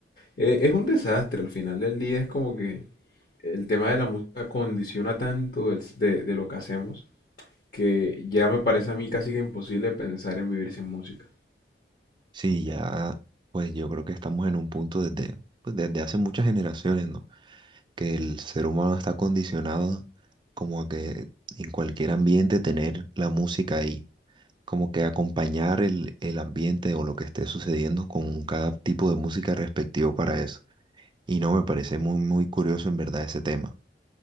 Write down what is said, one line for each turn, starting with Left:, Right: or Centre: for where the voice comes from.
Left: Eh, es un desastre, al final del día es como que el tema de la música condiciona tanto el s- de, de lo que hacemos que ya me parece a mí casi que imposible pensar en vivir sin música.
Right: Sí, ya, pues yo creo que estamos en un punto desde, pues, desde hace muchas generaciones, ¿no? Que el ser humano está condicionado como a que en cualquier ambiente tener la música ahí, como que acompañar el, el ambiente o lo que esté sucediendo con cada tipo de música respectivo para eso. Y no, me parece muy, muy curioso en verdad ese tema.